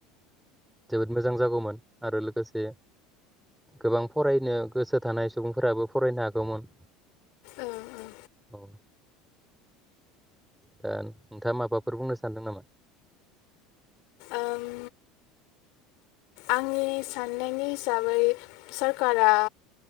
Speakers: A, in the centre; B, on the left (about 70°).
A: जोबोद मोजां जागौमोन आरो लोगोसे गोबां फरायनो गोसो थानाय सुबुंफोराबो फरायनो हागौमोन।
B: औ औ
A: औ दा नोंथाङा माबाफोर बुंनो सानदों नामा?
B: ओम आंनि साननायनि हिसाबै, सरकारा